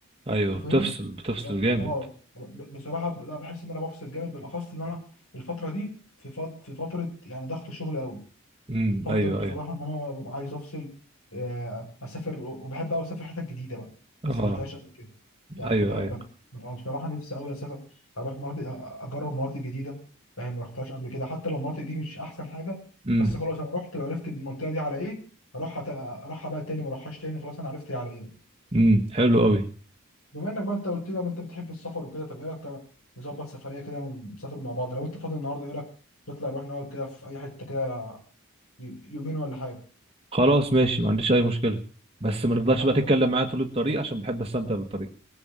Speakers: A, on the right (about 25°); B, on the left (about 70°).
A: ايوه
B: انت
A: بتفصل
B: فاهم
A: بتفصل جامد
B: اه ب- بصراحه ب- لا بحس ان انا بفصل جامد بالاخص ان انا الفتره دي في فت- في فتره يعني ضغط شغل قوي
A: امم
B: بفضل
A: ايوه
B: بصراحه
A: ايوه
B: ان انا ببقى عايز افصل آه، اسافر وبحب قوي اسافر حتت جديده بقى
A: اه
B: ما سافرتهاش قبل كده يعني
A: ايوه
B: بقى
A: ايوه
B: بقى- ببقى بصراحه نفسي قوي اسافر اروح مناطق أ- اجرب مناطق جديده فاهم ما رحتهاش قبل كده حتى لو المناطق دي مش احسن حاجه
A: امم
B: بس خلاص انا رحت وعرفت المنطقه دي على ايه اروح أت- اروحها بقى تاني ما اروحهاش تاني خلاص انا عرفت هي على ايه
A: امم حلو قوي
B: بما انك بقى انت قلت لي بقى انت بتحب السفر وكده طب ايه رايك طب نظبط سفريه كده ونسافر مع بعض لو انت فاضي النهارده ايه رايك نطلع نروح نقعد كده في اي حته كده ي- يومين ولا حاجه
A: خلاص ماشي ما عنديش اي مشكله بس ما نفضلش
B: يا عم
A: بقى تتكلم معايا طول الطريق عشان بحب استمتع بالطريق